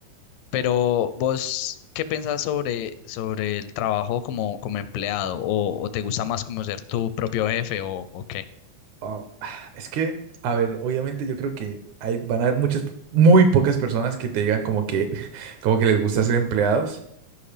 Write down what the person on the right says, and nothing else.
Ah, <sighs> es que, a ver, obviamente yo creo que hay, van a haber muchas, muy pocas personas que te digan como que, <laughs> como que les gusta ser empleados.